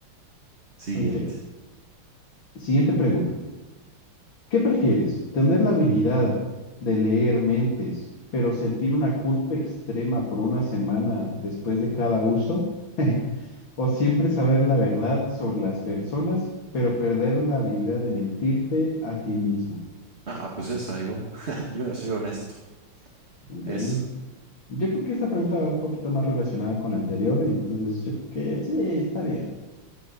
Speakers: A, on the right; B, on the left.
A: Siguiente.
B: Ok, siguiente pregunta. ¿Qué prefieres? ¿Tener la habilidad de leer mentes, pero sentir una culpa extrema por una semana después de cada uso? <laughs> ¿O siempre saber la verdad sobre las personas, pero perder la habilidad de mentirte a ti mismo?
A: Ah, pues esa, igual. <laughs> Yo ya soy honesto.
B: Ok.
A: Esa.
B: Yo creo que esta pregunta va un poquito más relacionada con la anterior, y entonces yo creo que sí, está bien.